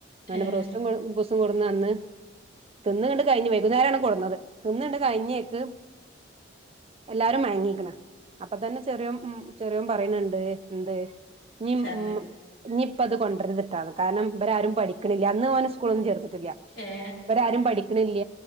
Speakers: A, on the right; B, on the left.
A: അങ്ങനെ
B: ഏ
A: ബ്രോസ്റ്റും കുബൂസും കൊട്ന്ന അന്ന് തിന്നണ്ട് കഴിഞ്ഞ് വൈകുന്നേരാണ് കൊട്ന്നത് തിന്നണ്ട് കഴിഞ്ഞേക്ക് എല്ലാരും മയങ്ങീക്ക്ണ് അപ്പ തന്നെ ചെറിയ ഉം ചെറിയോൻ പറയുന്നുണ്ട് എന്ത് ഇനീ
B: ഛർദി
A: ഉ ഇനിയിപ്പ അത് കൊണ്ടരുത്ട്ടാന്ന് കാരണം ഇവരാരും പഠിക്ക്ണില്ല അന്ന് ഓനെ സ്കൂളൊന്നും ചേർത്ട്ട്
B: ഏ
A: ഇവരാരും പഠിക്ക്ണില്ല